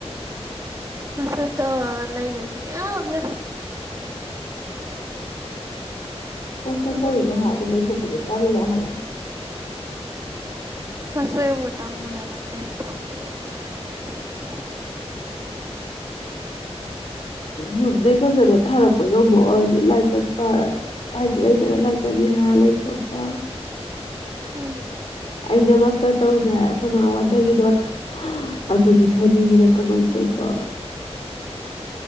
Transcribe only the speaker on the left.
ꯑꯁ
ꯇꯧꯔꯤꯗꯣ ꯍꯥꯏꯗ ꯂꯩꯩꯊꯣꯛꯄꯗꯣ ꯇꯜꯂꯦ ꯍꯥꯏꯕ
ꯌꯨꯝꯗꯒꯤ ꯐꯖꯅ ꯊꯥꯔꯛꯄ ꯉꯝꯃꯣ ꯑꯣꯏꯔꯗꯤ ꯂꯥꯏꯠꯇꯪ ꯄꯥꯔꯒ ꯍꯥꯏꯗꯤ ꯂꯩꯇꯅ ꯂꯩꯇꯕꯤꯔ ꯂꯩꯊꯣꯛꯄ
ꯑꯩꯅ ꯃꯥꯁꯇꯔ ꯇꯧꯔꯨꯅꯦ ꯍꯥꯏ ꯑꯩꯈꯣꯏ ꯃ ꯋꯥꯗꯒꯤꯗꯣꯔ‌ꯦ ꯑꯗꯨꯗꯤ ꯁꯣꯅꯤꯒꯤꯅ ꯀꯃꯥꯏꯅ ꯇꯧꯕ